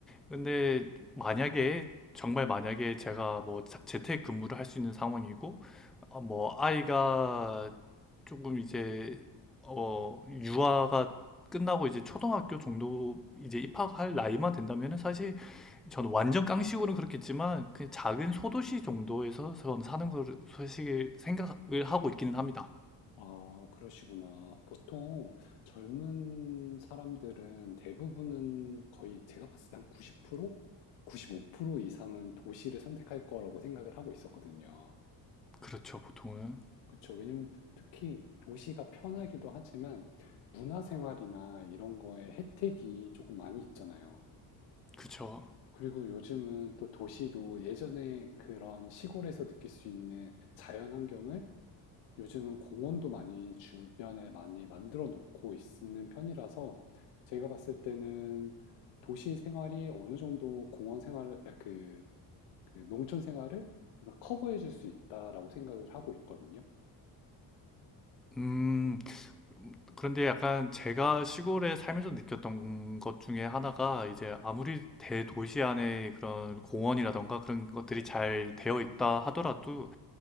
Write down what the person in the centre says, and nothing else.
근데 만약에, 정말 만약에 제가 뭐 자- 재택 근무를 할 수 있는 상황이고, 어, 뭐 아이가 조금 이제, 어, 유아가 끝나고 이제 초등학교 정도 이제 입학할 나이만 된다면은 사실 저는 완전 깡식으로는 그렇겠지만, 그냥 작은 소도시 정도에서 저는 사는 걸 사실 생각을 하고 있기는 합니다.
그렇죠, 보통은.
그쵸.
음, 그런데 약간 제가 시골에 살면서 느꼈던 것 중에 하나가 이제 아무리 대도시 안에 그런 공원이라던가 그런 것들이 잘 되어 있다 하더라도